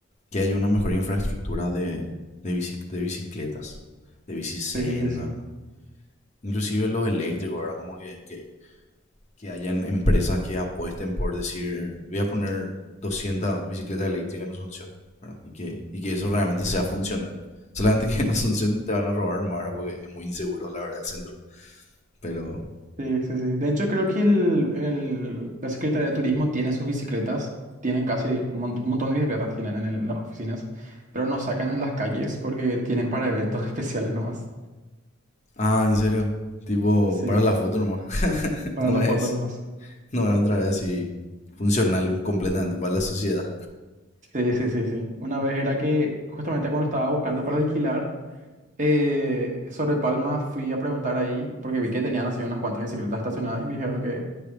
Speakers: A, on the left; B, on the right.
A: que haya una mejor infraestructura de, de, bici- de bicicletas, de bicicenda,
B: Sí, sí, sí.
A: inclusive los eléctricos, ¿verdad? Como que, que que hayan empresas que apuesten por decir, voy a poner 200 bicicletas eléctricas en Asunción, ¿verdad? Y que, y que eso realmente sea funcional. <laughs> Solamente que en Asunción te van a robar nomás, ¿verdad? porque es muy inseguro, la verdad, el centro. Pero,
B: Sí, sí, sí. De hecho, creo que el, el- la Secretaría de Turismo tiene sus bicicletas. Tienen casi un mon- un montón de bicicletas tienen en el- las oficinas, pero no sacan en las calles porque tienen para eventos <laughs> especiales nomás.
A: ah, en serio, tipo,
B: Sí,
A: para la foto nomás. <laughs>
B: para
A: no
B: las
A: es,
B: fotos nomás.
A: no es otra vez así funcional completamente para la sociedad.
B: Sí, sí, sí, sí. Una vez era que justamente cuando estaba buscando para alquilar, Eh, sobre Palma fui a preguntar ahí porque vi que tenían así unas cuantas bicicletas estacionadas y me dijeron que,